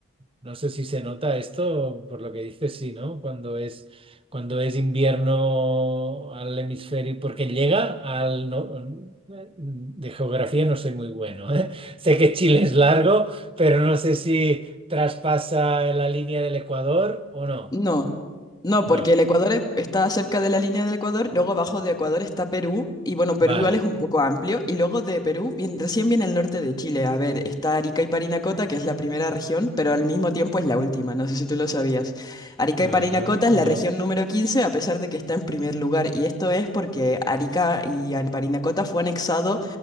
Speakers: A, on the right; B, on the left.
A: No sé si se nota esto, por lo que dices, sí, ¿no? Cuando es, cuando es invierno al hemisferio, porque llega al... No, Mm, eh, mm, de geografía no soy muy bueno, ¿eh? <laughs> Sé que Chile es largo, pero no sé si traspasa la línea del Ecuador o no.
B: No, no,
A: No.
B: porque el Ecuador es- está cerca de la línea del Ecuador, luego abajo de Ecuador está Perú, y bueno, Perú
A: Vale.
B: igual es un poco amplio, y luego de Perú viene- recién viene el norte de Chile. A ver, está Arica y Parinacota, que es la primera región, pero al mismo tiempo es la última, no sé si tú lo sabías. Arica
A: Ajá,
B: y Parinacota es
A: no.
B: la región número 15 a pesar de que está en primer lugar, y esto es porque Arica y An- Parinacota fue anexado